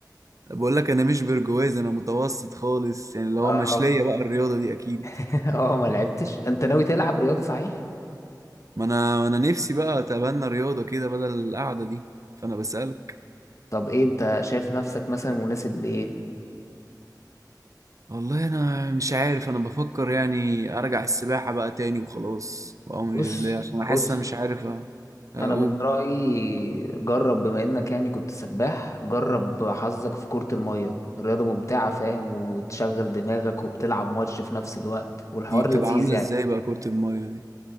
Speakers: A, on the right (about 50°); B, on the left (about 45°).
A: بقول لك انا مش برجوازي انا متوسط خالص يعني اللي هو
B: اه
A: مش ليا بقى الرياضه دي اكيد
B: <laughs> اه ما لعبتش انت ناوي تلعب رياضه صحيح
A: ما انا انا نفسي بقى اتبنى رياضه كده بدل القعده دي فانا بسالك
B: طب ايه انت شايف نفسك مثلا مناسب لايه
A: والله انا مش عارف انا بفكر يعني ارجع السباحه بقى تاني وخلاص وامري
B: بص
A: لله عشان
B: بص
A: انا حاسس انا مش عارف أ- اقول
B: انا من رايي جرب بما انك يعني كنت سباح جرب حظك في كرة المية الرياضة ممتعة فاهم وتشغل دماغك وبتلعب ماتش في نفس الوقت والحوار
A: دي بتبقى
B: لذيذ
A: عامله
B: يعني
A: ازاي بقى كره المايه دي